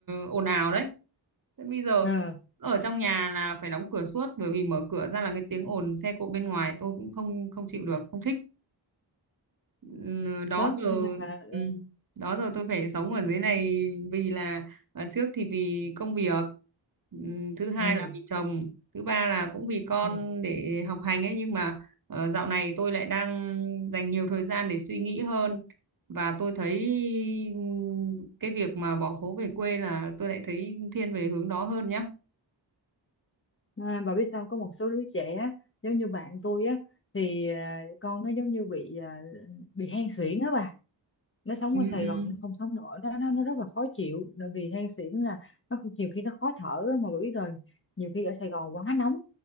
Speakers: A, on the right (about 50°); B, on the left (about 30°).
A: ồn ào đấy Thế bây giờ
B: ờ,
A: ở trong nhà là phải đóng cửa suốt bởi vì mở cửa ra là cái tiếng ồn xe cộ bên ngoài tôi cũng không không chịu được không thích Ừ, đó
B: đó
A: giờ
B: nên là là-
A: ừ, đó giờ tôi phải sống ở dưới này vì là à, trước thì vì công việc ừ, thứ hai
B: ừ,
A: là vì chồng thứ ba là cũng vì con
B: ừ.
A: để học hành ấy nhưng mà ờ, dạo này tôi lại đang dành nhiều thời gian để suy nghĩ hơn và tôi thấy ừ, cái việc mà bỏ phố về quê là tôi lại thấy thiên về hướng đó hơn nhá
B: À, bà biết sao có một số đứa trẻ á, giống như bạn tôi á thì à, con nó giống như bị à, bị hen suyễn á bà nó sống
A: ừ,
B: ở Sài
A: ừ,
B: Gòn nó không sống nổi nó nó, nó rất là khó chịu bởi vì than suyễn là nó cũng- nhiều khi nó khó thở á, mà bà biết rồi nhiều khi ở Sài Gòn quá nóng